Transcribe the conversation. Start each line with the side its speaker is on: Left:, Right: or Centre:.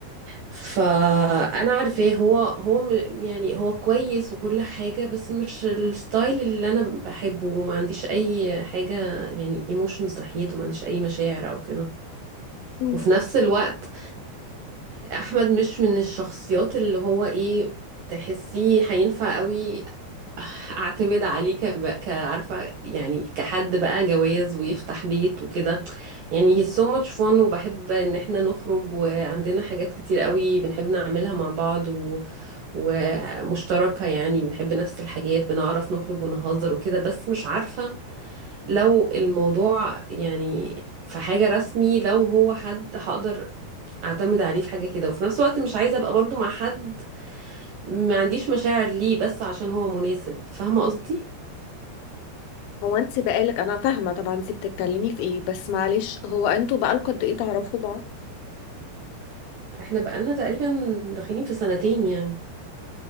Right: فانا عارفاه هو هو م- يعني هو كويس وكل حاجة بس مش الستايل اللي انا بحبه وما عنديش اي حاجة يعني ايموشنز ناحيته ما عنديش اي مشاعر او كده
Left: مم.
Right: وفي نفس الوقت احمد مش من الشخصيات اللي هو ايه تحسيه هينفع قوي <laughs> اعتمد عليه كب... كعارفه يعني كحد بقى جواز ويفتح بيت وكده يعني he's so much fun وبحب ان احنا نخرج وعندنا حاجات كتير قوي بنحب نعملها مع بعض و... ومشتركه يعني بنحب نفس الحاجات بنعرف نخرج ونهزر وكده بس مش عارفه لو الموضوع يعني في حاجه رسمي لو هو حد هقدر اعتمد عليه في حاجة كده وفي نفس الوقت مش عايزة ابقى برضو مع حد ما عنديش مشاعر ليه بس عشان هو مناسب فاهمة قصدي
Left: هو انت بقالك انا فاهمة طبعا انت بتتكلمي في ايه بس معلش هو انتوا بقالكوا قد ايه تعرفوا بعض؟
Right: احنا بقالنا تقريبا داخلين في سنتين يعني